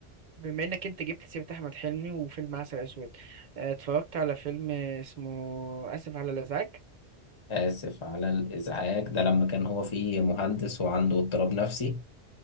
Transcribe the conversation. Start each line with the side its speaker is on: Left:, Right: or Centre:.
Right: بما انك انت جبت سيرة احمد حلمي وفيلم عسل اسود آه، اتفرجت على فيلم اسمه اسف على الازعاج
Left: اسف على الازعاج ده لما كان هو فيه مهندس وعنده اضطراب نفسي